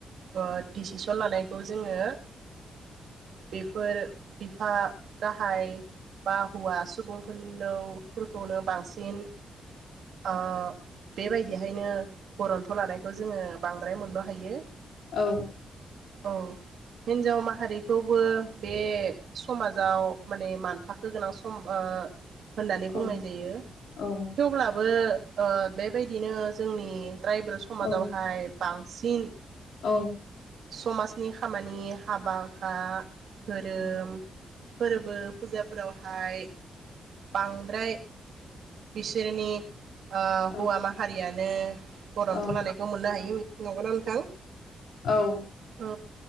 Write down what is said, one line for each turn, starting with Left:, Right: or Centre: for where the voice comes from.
Right: ओ दिसिसन लानाय खौ जोङो बेफोर बिफा गाहाय बा हौवा सुबुंफोरखौनो बांसिन ओ बेबायदिहायनो गरन्थ' लानायखौ जोङो बांद्राय मोननो हायो।
Left: औ
Right: औ हिन्जाव माहारिखौबो बे समाजाव माने मानथाखो गोनां सम ओ होननानै
Left: औ
Right: बुंनाय जायो।
Left: औ औ
Right: थेवब्लाबो ओ बेबायदिनो जोंनि ट्राइबेल समाजावहाय
Left: औ
Right: बांसिन
Left: औ
Right: समाजनि खामानि हाबा हुखा, धोरोम
Left: उम
Right: फोरबो फुजाफोरावहाय बांद्राय बिसोरनि ओ
Left: औ
Right: हौवा माहारियानो गरन्थ'
Left: औ
Right: लानाय खौ मोननो हायो नोंगौ ना नोंथां?
Left: औ
Right: औ